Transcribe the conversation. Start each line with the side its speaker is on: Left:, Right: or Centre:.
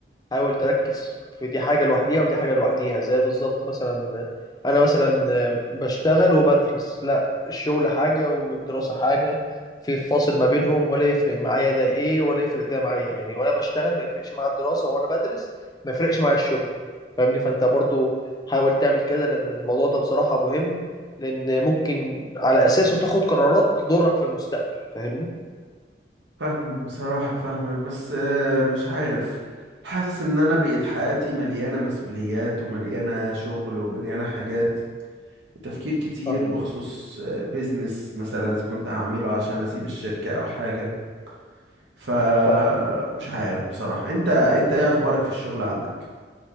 Left: حاول تركز في دي حاجة لوحديها ودي حاجة لوحديها زي بالظبط مثلا أنا مثلا بشتغل وبدرس لا الشغل حاجة والدراسة حاجة في فاصل ما بينهم ولا يفرق معايا ده إيه ولا يفرق ده معايا يعني وأنا بشتغل ما يفرقش معايا الدراسة وأنا بدرس ما يفرقش معايا الشغل فاهمني فأنت برضو حاول تعمل كده لأن الموضوع ده بصراحة مهم لأن ممكن على أساسه تاخد قرارات تضرك في المستقبل فاهمني؟
Right: فاهمك بصراحة فاهمك بس آه، مش عارف حاسس ان انا بقيت حياتي مليانة مسؤوليات ومليانة شغل ومليانة حاجات تفكير كتير
Left: فاهم
Right: بخصوص بيزنس مثلا اذا كنت هعمله عشان اسيب الشركة او حاجة فمش
Left: فاهم
Right: عارف بصراحة انت انت ايه اخبارك في الشغل عندك